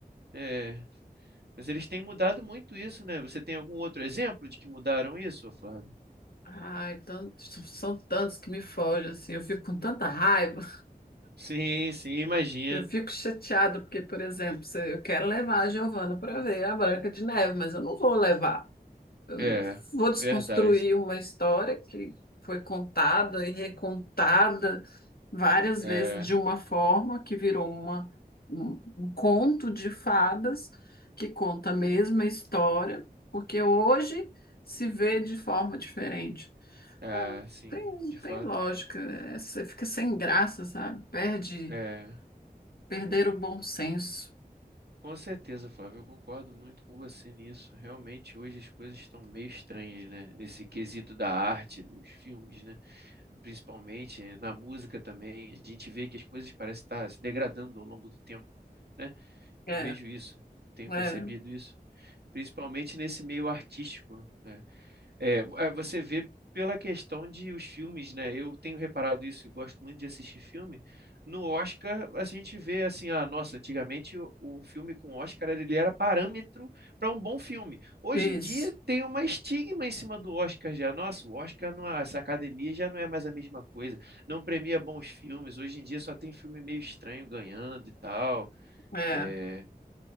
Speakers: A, on the right; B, on the left.
A: É, Mas eles têm mudado muito isso, né? Você tem algum outro exemplo de que mudaram isso, ô Flávio?
B: Ai, tantos, são tantos que me fogem, assim, eu fico com tanta raiva,
A: Sim, sim, imagino.
B: eu fico chateada, porque, por exemplo, se eu quero levar a Giovana para ver a Branca de Neve, mas eu não vou levar. Eu
A: É,
B: não vou desconstruir
A: verdade.
B: uma história que foi contada e recontada várias
A: É,
B: vezes de uma forma que virou uma, um, um conto de fadas que conta a mesma história, porque hoje se vê de forma diferente.
A: é,
B: É,
A: sim,
B: tem,
A: de fato.
B: tem lógica, é, você fica sem graça, sabe? Perde,
A: É,
B: perder o bom senso.
A: com certeza, Flávio, eu concordo muito com você nisso. Realmente, hoje as coisas estão meio estranhas, né? Nesse quesito da arte, dos filmes, né? Principalmente eh, na música também. A gente vê que as coisas parecem estar se degradando ao longo do tempo, né?
B: É,
A: Eu vejo isso, tenho percebido
B: é,
A: isso. principalmente nesse meio artístico. né? É, é, você vê pela questão de os filmes, né? Eu tenho reparado isso, eu gosto muito de assistir filme. No Oscar, a gente vê assim, ah, nossa, antigamente o- um filme com Oscar ele era parâmetro para um bom filme. Hoje
B: isso.
A: em dia tem uma estigma em cima do Oscar já. Nossa, o Oscar não, é- essa academia já não é mais a mesma coisa. Não premia bons filmes. Hoje em dia só tem filme meio estranho ganhando e tal.
B: É.
A: É,